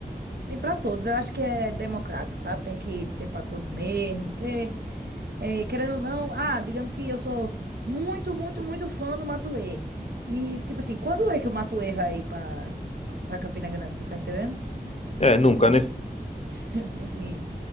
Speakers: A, on the right; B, on the left.
A: Tem para todos, eu acho que é democrático, sabe? Tem que ter para todos mesmo, porque, eh, querendo ou não, ah, digamos que eu sou muito, muito, muito fã do Matuê. E, tipo assim, quando é que o Matuê vai para para Campina Grande, você tá entendendo?
B: É,
A: Tipo
B: nunca,
A: assim,
B: né?
A: <laughs> tipo assim,